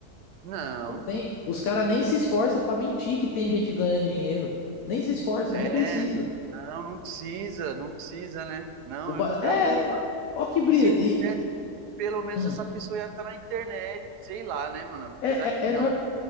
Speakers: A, on the right (about 90°); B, on the left (about 65°).
A: Não.
B: Não tem. Os caras nem se esforçam pra mentir que tem gente ganhando dinheiro. Nem se esforça,
A: É,
B: nem precisa.
A: não, não precisa, não precisa, né? Não,
B: O
A: eu
B: ba...
A: nunca
B: É,
A: vi,
B: é.
A: mano.
B: ó que brisa.
A: E se tivesse,
B: E, e-
A: pelo menos
B: hum.
A: essa pessoa ia estar na internet, sei lá, né, mano?
B: É,
A: Apesar que
B: é, é,
A: não,
B: nor-
A: né?